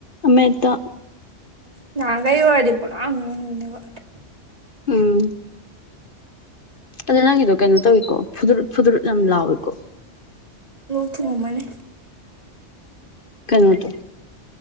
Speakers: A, on the left; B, on the right.
A: ꯑꯃꯗ
B: ꯅꯍꯟꯒꯩ ꯑꯣꯏꯔꯗꯤ ꯄꯂꯥꯛ ꯃꯔꯣꯏꯅꯕ
A: ꯎꯝ ꯑꯗꯣ ꯅꯪꯒꯤꯗꯣ ꯀꯩꯅꯣ ꯇꯧꯋꯀꯣ ꯐ ꯐ <unintelligible> ꯂꯑꯣꯀꯣ
B: ꯄꯨꯊꯨꯑꯝꯃꯅꯤ
A: ꯀꯩꯅꯣꯗ